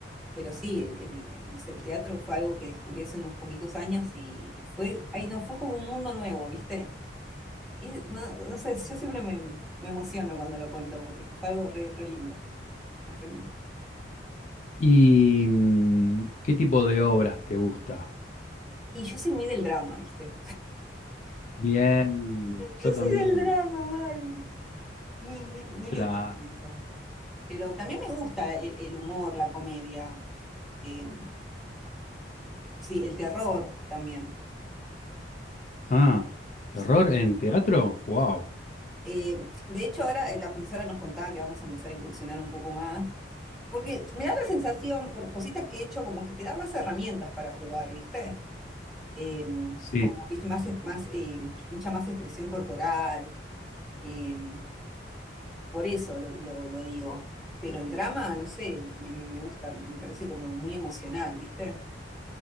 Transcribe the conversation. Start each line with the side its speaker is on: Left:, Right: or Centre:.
Centre: pero sí, el, el- el- no sé, el teatro fue algo que descubrí hace unos poquitos años y fue, ahí no, fue como un mundo nuevo, ¿viste? Y no, no sé, yo siempre me, me emociono cuando lo cuento porque fue algo re, re lindo, es re lindo.
Left: ¿Y mm, qué tipo de obras te gusta?
Centre: Y yo soy muy del drama, ¿viste?
Left: Bien, yo
Centre: Yo
Left: también.
Centre: soy del drama, mal. Muy, muy, muy
Left: Claro.
Centre: leonina en eso. Pero también me gusta el, el humor, la comedia, eh, sí, el terror también,
Left: Ah, ¿terror
Centre: sí.
Left: en teatro? Wow.
Centre: Eh, de hecho, ahora eh, la profesora nos contaba que vamos a empezar a incursionar un poco más, porque me da la sensación, por cositas que he hecho, como que te da más herramientas para jugar, ¿viste? Em,
Left: Sí,
Centre: como, ¿viste? Más, es- más, eh, mucha más expresión corporal, em, por eso lo, lo- lo digo. Pero el drama, no sé, me, me- me gusta, me parece como muy emocional, ¿viste?